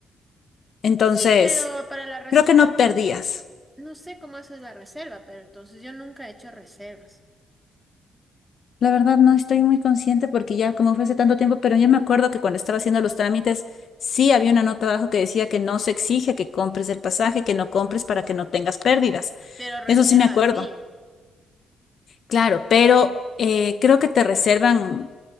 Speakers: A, on the left (about 50°); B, in the centre.
A: Entonces,
B: Sí, pero para la reserva
A: creo que no perdías.
B: No sé cómo haces la reserva, pero entonces yo nunca he hecho reservas.
A: La verdad no estoy muy consciente porque ya como fue hace tanto tiempo, pero yo me acuerdo que cuando estaba haciendo los trámites sí había una nota abajo que decía que no se exige que compres el pasaje, que no compres para que no tengas pérdidas.
B: Pero reserva
A: Eso sí me acuerdo.
B: sí.
A: Claro, pero eh, creo que te reservan